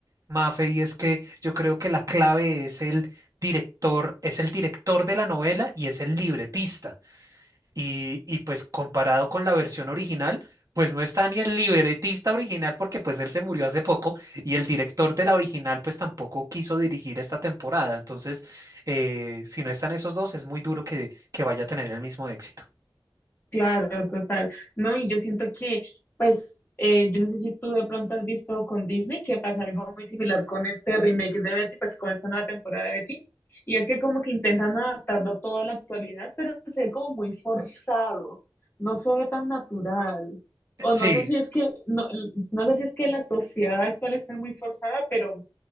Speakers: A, on the right; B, on the left.
A: Mafe, y es que yo creo que la clave es el director, es el director de la novela y es el libretista. Y, y pues comparado con la versión original, pues no está ni el libretista original porque pues él se murió hace poco y el director de la original pues tampoco quiso dirigir esta temporada. Entonces, eh, si no están esos dos, es muy duro que, que vaya a tener el mismo éxito.
B: Claro, total. No, y yo siento que, pues, eh, yo no sé si tú de pronto has visto con Disney que pasa algo muy similar con este remake de Betty, pues con esta nueva temporada de Betty, y es que como que intentan adaptarlo todo a la actualidad, pero se ve como muy forzado, no se ve tan natural. O
A: Sí,
B: no sé si es que, no, no sé si es que la sociedad actual está muy forzada, pero